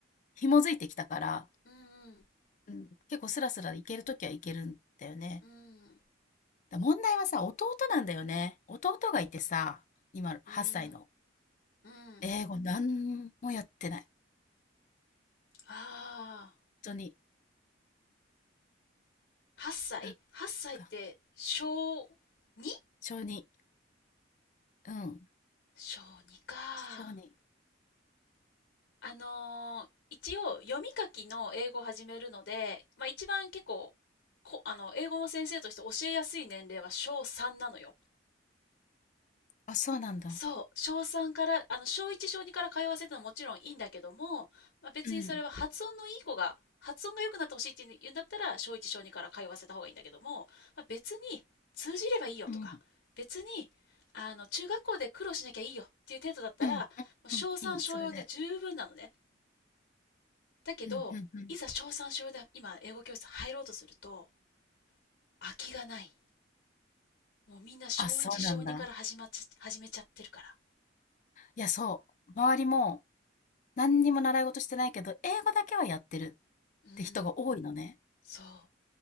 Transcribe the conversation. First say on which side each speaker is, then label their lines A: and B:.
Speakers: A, on the left (about 40°); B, on the left (about 65°).
A: 紐づいてきたから、
B: うん、
A: うん、結構スラスラいけるときはいけるんだよね。
B: うん、うん、
A: だ、問題はさ、弟なんだよね。弟がいてさ、今8歳の。
B: うん、うん、
A: 英語なんもやってない。本
B: ああ。
A: 当に。
B: 8歳
A: なん
B: ?8 歳って小
A: か
B: 2?
A: 小児うん。
B: 小2か。
A: 小児
B: あのー一応読み書きの英語を始めるので、まあ一番結構、こ、あの、英語の先生として教えやすい年齢は小3なのよ。
A: あ、そうなんだ。
B: そう、小3から、あの、小1、小2から通わせてのはもちろんいいんだけども、まあ、別にそれは発音のいい子が、
A: うん。
B: 発音が良くなってほしいって言うんだったら、小1、小2から通わせた方がいいんだけども、まあ、別に通じればいいよとか、
A: うん。
B: 別に、あの、中学校で苦労しなきゃいいよっていう程度だったら、
A: うん。
B: もう小3、
A: うん。いい。
B: 小4で十分なのね。
A: それで。
B: だけど、
A: うん。うん。うん。
B: いざ小3、小4で今、英語教室入ろうとすると、空きがない。もうみんな小1、
A: あ、そうなんだ。
B: 小2から始まっち、始めちゃってるから。
A: いや、そう。周りも、何にも習い事してないけど、英語だけはやってるっ
B: うん、
A: て人が多いのね。
B: そう。